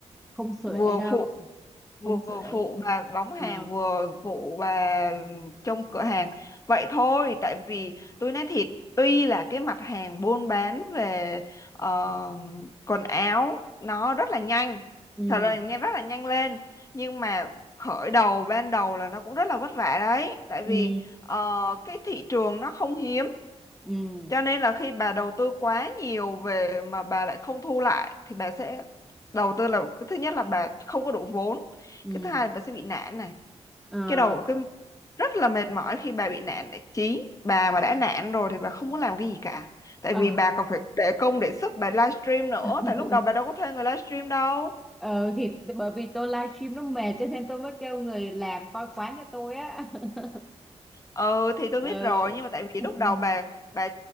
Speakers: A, in the centre; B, on the left.
A: không xuể
B: vừa
A: đâu
B: phụ vừa
A: không xuể
B: phụ bà bóng hàng
A: ờ
B: vừa phụ bà trong cửa hàng vậy thôi tại vì tôi nói thiệt tuy là cái mặt hàng buôn bán về ờ, quần áo nó rất là nhanh
A: ừ
B: thật là nhanh rất là nhanh lên nhưng mà khởi đầu ban đầu là nó cũng rất là vất vả đấy tại
A: ừ
B: vì ờ, cái thị trường nó không hiếm
A: ừ
B: cho nên là khi bà đầu tư quá nhiều về mà bà lại không thu lại thì bà sẽ đầu tư là cái thứ nhất là bà không có đủ vốn,
A: ừ
B: cái thứ hai là bà sẽ bị nản này.
A: ờ
B: Cái đầu cái rất là mệt mỏi khi bà bị nản này. Chí bà mà đã nản rồi thì bà không muốn làm cái gì cả. Tại
A: ờ
B: vì bà còn phải để công để sức bà livestream nữa,
A: <laughs>
B: tại lúc đầu bà đâu có thuê người livestream đâu.
A: Ờ thì bởi vì tôi livestream nó mệt cho nên tôi mới kêu người làm coi quán cho tôi á. <laughs>
B: Ừ thì tôi
A: Ờ.
B: biết rồi nhưng mà tại vì
A: <laughs>
B: lúc đầu bà bà